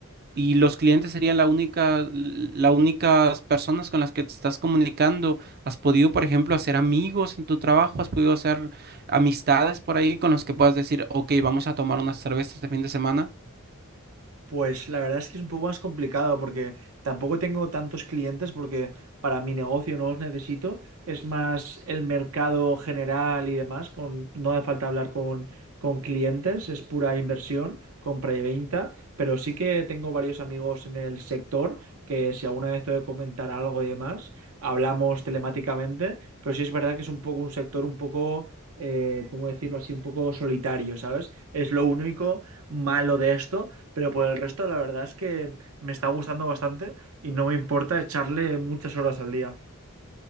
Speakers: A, on the right; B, on the right.
A: y los clientes serían la única, las únicas personas con las que te estás comunicando. ¿Has podido, por ejemplo, hacer amigos en tu trabajo? ¿Has podido hacer amistades por ahí con los que puedas decir, ok, vamos a tomar unas cervezas este fin de semana.
B: Pues la verdad es que es un poco más complicado porque tampoco tengo tantos clientes porque para mi negocio no los necesito. Es más el mercado general y demás, con, no hace falta hablar con, con clientes, es pura inversión, compra y venta pero sí que tengo varios amigos en el sector que si alguna vez tengo que comentar algo y demás, hablamos telemáticamente, pero sí es verdad que es un poco un sector un poco, eh, ¿cómo decirlo así? Un poco solitario, ¿sabes? Es lo único malo de esto, pero por el resto la verdad es que me está gustando bastante y no me importa echarle muchas horas al día.